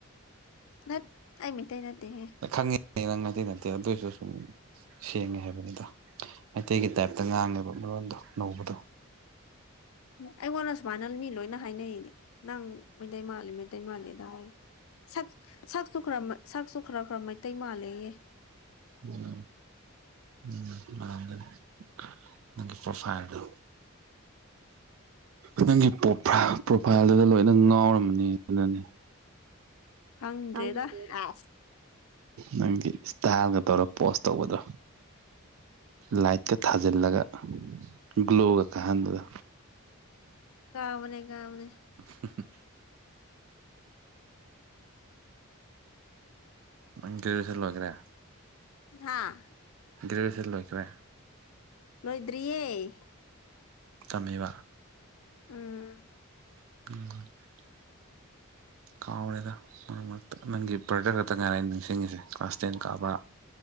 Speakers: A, on the left; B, on the right.
A: ꯅꯠ ꯑꯩ ꯃꯩꯇꯩ ꯅꯠꯇꯦꯍꯦ
B: ꯈꯪꯉꯤ ꯅꯪ ꯃꯩꯇꯩ ꯅꯠꯇꯦ ꯑꯗꯨꯏꯁꯨ ꯁꯨꯝ ꯁꯦꯡꯉꯦ ꯍꯥꯏꯕꯅꯤꯗ ꯃꯩꯇꯩꯒꯤ ꯇꯥꯏꯞ ꯇ ꯉꯥꯡꯉꯦꯕ ꯃꯔꯣꯟꯗꯣ ꯅꯧꯕꯗꯣ
A: ꯑꯩꯉꯣꯟꯗ ꯁꯨꯃꯥꯏꯅ ꯃꯤ ꯂꯣꯏꯅ ꯍꯥꯏꯅꯩꯅꯦ ꯅꯪ ꯃꯩꯇꯩ ꯃꯥꯜꯂꯤ ꯃꯩ ꯇꯩ ꯃꯥꯜꯂꯦꯗ ꯁꯛ ꯁꯛꯁꯨ ꯈꯔ ꯃ ꯁꯛꯁꯨ ꯈꯔ ꯈꯔ ꯃꯩꯇꯩ ꯃꯥꯂꯦꯌꯦ
B: ꯎꯝ ꯎꯝ ꯃꯥꯟꯒꯅꯤ ꯅꯪꯒꯤ ꯄ꯭ꯔꯣꯐꯥꯏꯜꯗꯣ ꯅꯪꯒꯤ ꯄ꯭ꯔꯣꯐꯥꯏꯜ ꯄ꯭ꯔꯣꯐꯥꯏꯜꯗꯨꯗ ꯂꯣꯏꯅ ꯉꯥꯎꯔꯝꯃꯅꯤ ꯑꯗꯨꯅꯅꯦ
A: ꯈꯪꯗ꯭ꯔꯦꯗ
B: ꯈꯪꯗꯦꯗ
A: ꯑꯁ
B: ꯅꯪꯒꯤ ꯏꯁꯇꯥꯜꯒ ꯇꯧꯔꯒ ꯄꯣꯁ ꯇꯧꯕꯗꯣ ꯂꯥꯏꯠꯀ ꯊꯥꯖꯤꯜꯂꯒ ꯒ꯭ꯂꯣꯒ ꯀꯥꯍꯟꯕꯗ
A: ꯀꯥꯕꯅꯦ ꯀꯥꯕꯅꯦ
B: <unintelligible> ꯅꯪ ꯒꯦꯖ꯭ꯋꯦꯁꯟ ꯂꯣꯏꯒ꯭ꯔꯦ
A: ꯍꯥꯥ
B: ꯒ꯭ꯔꯦꯖ꯭ꯋꯦꯁꯟ ꯂꯣꯏꯒ꯭ꯔꯦ
A: ꯂꯣꯏꯗ꯭ꯔꯤꯌꯦ
B: ꯇꯝꯃꯤꯕ
A: ꯎꯝ
B: <unintelligible>
A: <inaudible>
B: ꯀꯥꯎꯔꯦꯗ ꯃꯔꯛ ꯃꯔꯛꯇ ꯅꯪꯒꯤ ꯕ꯭ꯔꯗꯔ ꯈꯛꯇ ꯉꯥꯏꯔꯦ ꯑꯩꯅ ꯅꯤꯡꯁꯤꯡꯉꯤꯁꯦ ꯀ꯭ꯂꯥꯁ ꯇꯦꯟ ꯀꯥꯕ